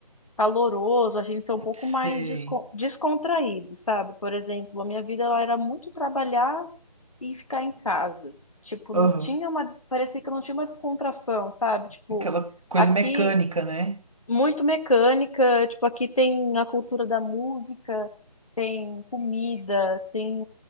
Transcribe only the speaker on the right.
sei.
Aham.
Aquela coisa
mecânica, né?